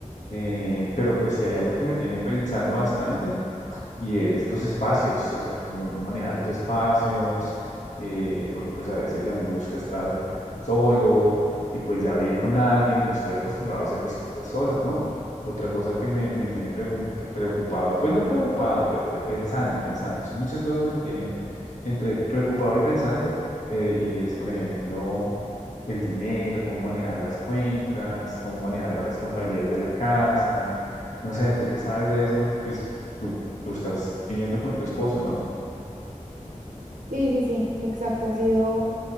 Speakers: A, on the left; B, on the right.
A: Eh, pero pues si hay algo que me tiene pensando bastante y es los espacios, o sea, cómo manejar los espacios, eh, porque pues a veces a mí me gusta estar solo y pues ya vivir con alguien, yo estoy acostumbrado a hacer mis cosas solo, ¿no? Otra cosa que me, me tiene pregun- preocupado, pues no preocupado, pero pues, pensando, pensando, son muchas cosas que me tienen entre preocupado y pensando, eh, y es, por ejemplo, el dinero, cómo manejar las cuentas, cómo manejar las responsabilidades de la casa. No sé, tú qué sabes de eso, pues tú, tú estás viviendo con tu esposo, ¿no?
B: Sí, sí, sí, exacto. Ha sido,